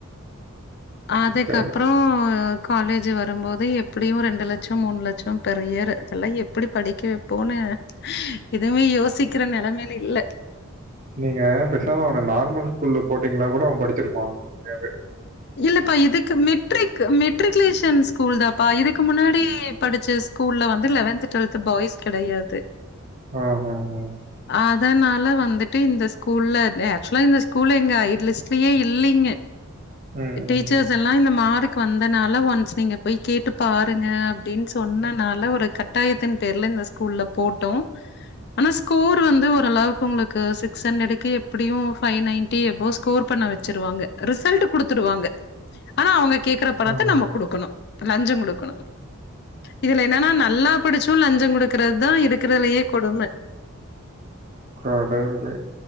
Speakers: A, on the left (about 50°); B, on the right (about 35°).
A: அதுக்கப்றோ
B: கடவுளே.
A: அ காலேஜு வரும்போது எப்டியு ரெண்டு லட்சோ மூணு லட்சோ பெர் இயர் அதெல்லா எப்டி வைப்போன்னு எதுவுமே யோசிக்கிற நெலமைல இல்ல
B: நீங்க பேசாம அவன நார்மல் ஸ்கூல்ல போட்டீங்கன்னா கூட அவன் படிச்சிருப்பான் அப்டியாவே
A: இல்லப்பா இதுக்கு மெட்ரிக் மெட்ரிகுலேஷன் ஸ்கூல் தாப்பா இதுக்கு முன்னாடி படிச்ச ஸ்கூல்ல வந்து லெவன்த் டுவெல்த் பாய்ஸ் கெடையாது
B: ஆ ஹ ஹா
A: அதனால வந்துட்டு இந்த ஸ்கூல்ல ஆக்சுவலா ஸ்கூல்ல எங்க ஐட்லிஸ் லயே இல்லைங்க
B: ம்,
A: டீச்சர்ஸ்
B: ம்.
A: எல் லா இந்த மார்க்கு வந்தனால ஒன்ஸ் நீங்க போய் கேட்டு பாருங்க அப்டின்னு சொன்னனால ஒரு கட் டாயத்தின் பேர்ல இந்த ஸ்கூல்ல போட்டோம் ஆனா ஸ்கோர் வந்து ஓரளவுக்கு உங்களுக்கு சிக் ஸ் ஹண்ட்ரெடுக்கே எப்பிடியு ஃபைவ் நைன்ட்டி அபோவ் ஸ்கோர் பண்ண வெச்சிருவாங்க ரிசல்ட்டு குடு த்துருவாங்க ஆனா அவங்க கேக்கற பணத்த
B: ம்.
A: நம்ம குடுக்கணு லஞ்சோ குடுக்கணு இதுல என்னன்னா நல்லா படிச்சு லஞ்சோ குடுக்கறத் தா இருக்கறதுலயே கொடும
B: கடவுளே